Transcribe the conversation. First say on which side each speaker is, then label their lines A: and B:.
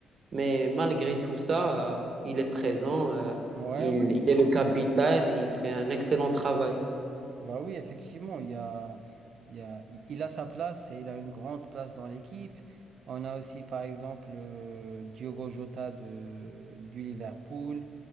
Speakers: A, on the right; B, on the right.
A: Mais malgré tout ça, euh, il est présent, euh,
B: ouais,
A: il,
B: ouais, effectivement.
A: il est le capitaine et il fait un excellent travail.
B: Bah oui, effectivement, il y a, il y a, il il a sa place et il a une grande place dans l'équipe. On a aussi, par exemple, euh, Diogo Jota de, du Liverpool.